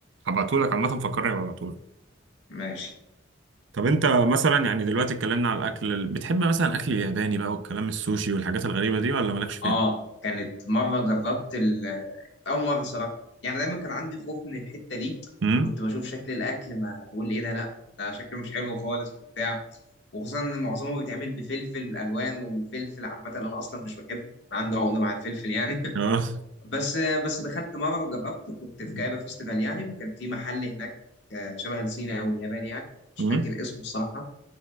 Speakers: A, on the right; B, on the left.
A: هبعتهولك عامة فكرني أبعتهولك
B: ماشي
A: طب أنت مثلا يعني دلوقتي اتكلمنا على الأكل بتحب مثلا أكل ياباني بقى والكلام السوشي والحاجات الغريبة دي ولا مالكش فيها؟
B: اه كانت مره جربت أول مرة صراحة يعني دايما كان عندي خوف من الحتة دي
A: امم
B: كنت بشوف شكل الأكل ما بقول إيه ده لأ ده شكله مش حلو خالص وبتاع وخصوصا إن معظمه بيتعمل بفلفل ألوان والفلفل عامة أنا أصلا مش بحبه عنده عقدة مع الفلفل يعني
A: اه
B: <laughs> بس بس دخلت مرة وجربت كنت في جايبة فيستيفال يعني وكان في محل هناك آه، شبه الصيني أو الياباني يعني مش
A: امم
B: فاكر اسمه الصراحة